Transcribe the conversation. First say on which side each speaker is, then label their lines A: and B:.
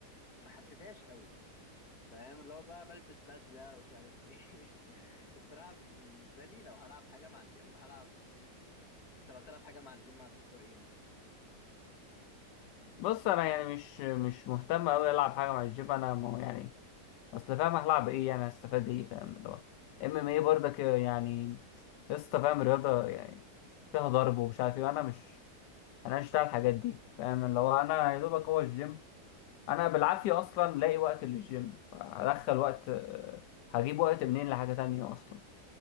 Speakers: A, on the left; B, on the left.
A: ما حسيتهاش قوي فاهم اللي هو بقى بلبس بدلة ومش عارف إيه <laughs> الصراحة بالنسبة لي لو هلعب حاجة مع الجيم هلعب ام ام اي أنت لو تلعب حاجة مع الجيم هتختار إيه مثلا؟
B: بص انا يعني مش مش مهتم قوي العب حاجه مع الجيم انا م- يعني اصل فاهم هلعب ايه يعني هستفاد ايه فاهم اللي هو ام ام ايه برضك يعني لسه فاهم رياضه يعني فيها ضرب ومش عارف ايه وانا مش انا مش بتاع الحاجات دي فاهم اللي هو انا يا دوبك هو الجيم انا بالعافيه اصلا لاقي وقت للجيم فهدخل وقت آه، هجيب وقت منين لحاجه تانية اصلا